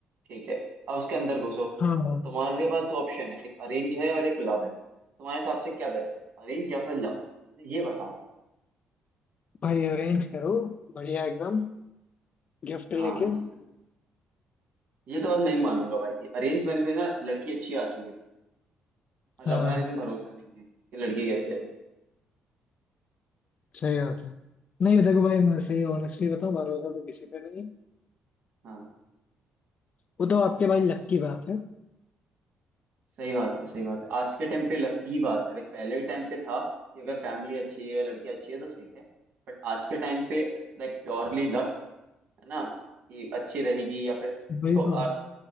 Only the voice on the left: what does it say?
हाँ हाँ
भाई अरेंज करो बढ़िया एकदम गिफ्ट
लेके
हाँ
सही बात है नहीं देखो भाई मैं सही ऑनेस्टली बताऊं भरोसा तो किसी पे नहीं है
वो तो आपके भाई लक की बात है
वही
तो